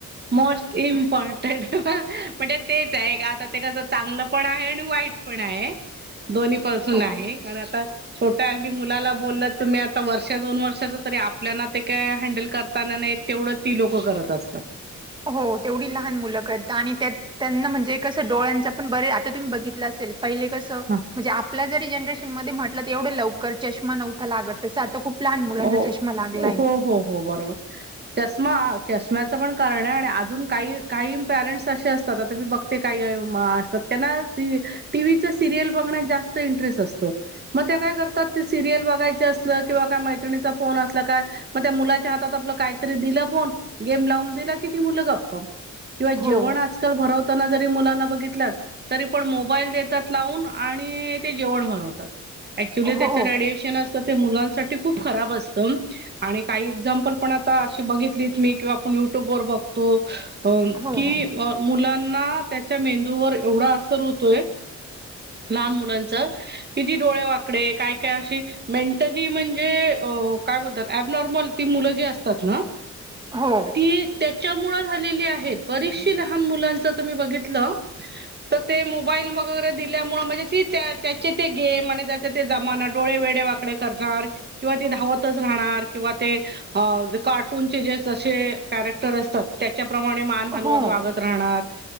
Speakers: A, on the right (about 35°); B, on the right (about 15°).
A: मोस्ट इमपॉ्रटंट म्हनजे. तेच आहे का. आता ते कसं चांगलं पण आहे. आणि वाईट पण आहे. दोन्ही पासून
B: हो
A: आहे. कारण आता छोट्या अगदी मुलाला बोलल तुम्ही आ आता वर्ष दोन वर्षाच तरी आपल्याना ते काय. हँडल करताना नाही तेवढं ती लोक करत असतात.
B: हो तेवढी लहान मुलं करतात. आणि त्यांना म्हणजे कसं डोळ्यांचा पण बरे आता तुम्ही बघितलं असेल. पहिले कसं
A: हा
B: म्हणजे आपल्या जरी जनरेशनमध्ये म्हटलं तर एवढं लवकर चष्मा नव्हता लागत तसं आता खूप लहान मुलांना
A: हो
B: चष्मा लागलाय.
A: हो हो हो बरोबर चष्मा चष्म्याचं पण कारण कारण अजून काही काही पॅरेंट्स असे असतात आता मी बघते काही <unintelligible> असतात त्यांना ती टीव्हीचं सिरियल बघण्यात जास्त इंटरेस्ट असतो. मग ते काय करतात ती सिरियल बघायचे असलं किंवा का मैत्रिणीचा फोन असला का म त्या मुलाच्या हातात आपलं काहीतरी दिल फोन गेम लावून दिलं की ती मु मुलं गप्प. किंवा जेवण
B: हो
A: आजकाल भरव त्यांना जरी मुलांना बघितलत तरी पण मोबाईल देतात लावून आणि ते जेवण भरवतात. ऍक्च्युली त्याच
B: हो
A: रेडिएशन असतं ते मुलांसा ते खूप खराब असत आणि काही एक्झामपल पण आता अशी बघितली मी किंवा आपण युट्यूब वर बघ तो
B: हो
A: कि
B: हो
A: मुलांना त्याच्या मेंदूवर एवढा असर हो ते लहान मुलांच किती डोळे वाकडे काय काय अशी मेंटली म्हण जे काय बोलतात ऍबनॉर्मल ती मुलं जी असतात ना
B: हो
A: <inaudible> ती त्या च्या मुळं झालेली आहेत. बरीचशी लहान मुलांच अता मी बघितलं. तर ते मोबाईल वगैरे दिल्यामुळ म्हणजे ती त्या त्याचे ते गेम आणि त्याचे ते जमाना डोळे वेडे वा कडे करणार. किंवा ती धावतच राहणार किंवा ते अ ज कार्टूनचे जे जसे कॅरेक्टर असतात त्याच्याप्रमाणे मान
B: हो
A: हलवत वागत राहनार